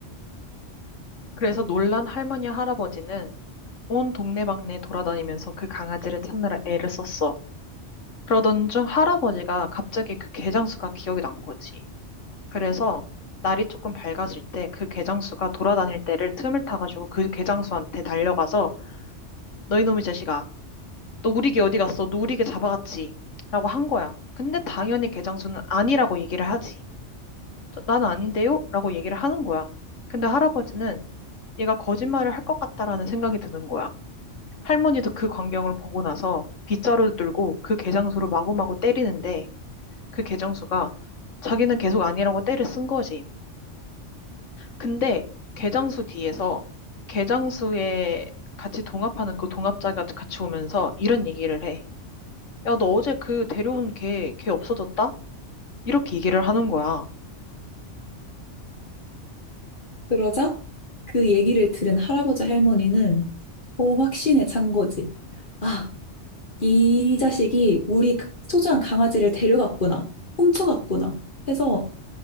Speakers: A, on the left (about 85°); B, on the left (about 45°).
A: 그래서 놀란 할머니 할아버지는 온 동네방네 돌아다니면서 그 강아지를 찾느라 애를 썼어. 그러던 중 할아버지가 갑자기 그 개장수가 기억이 난 거지. 그래서 날이 조금 밝아질 때 그 개장수가 돌아다닐 때를 틈을 타가지고 그 개장수한테 달려가서 너희 놈의 제시가 너 우리 개 어디 갔어? 너 우리 개 잡아갔지? 라고 한 거야. 근데 당연히 개장수는 아니라고 얘기를 하지. 나는 아닌데요? 라고 얘기를 하는 거야. 근데 할아버지는 얘가 거짓말을 할 것 같다라는 생각이 드는 거야. 할머니도 그 광경을 보고 나서 빗자루 들고 그 개장수를 마구마구 때리는데 그 개장수가 자기는 계속 아니라고 때를 쓴 거지. 근데 개장수 뒤에서 개장수에 같이 동업하는 그 동업자가 같이 오면서 이런 얘기를 해. 야, 너 어제 그 데려온 걔, 걔 없어졌다? 이렇게 얘기를 하는 거야.
B: 그러자 그 얘기를 들은 할아버지 할머니는 더 확신에 찬 거지. 아, 이 자식이 우리 소중한 강아지를 데려갔구나. 훔쳐갔구나. 해서